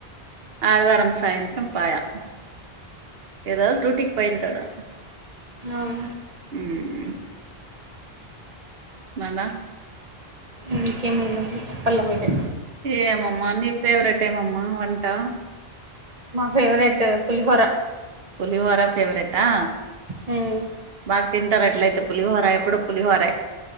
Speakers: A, on the right (about 70°); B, on the right (about 45°).
A: ఆదివారం సాయంత్రం పాయా ఈ రోజ్ డ్యూటీకి పోయింటాడు
B: ఆఁ
A: ఉమ్ నాల
B: ఇంకేముందండి పల్ల మీరే
A: ఏమమ్మా నీ ఫేవరెట్ ఏమమ్మా వంటా
B: మా ఫేవరెట్టు పులిహోర
A: పులిహోరా ఫేవరెట్టా
B: హుమ్
A: బా తింటారు అట్లయితే పులిహోర ఎప్పుడుో పులిహోరే.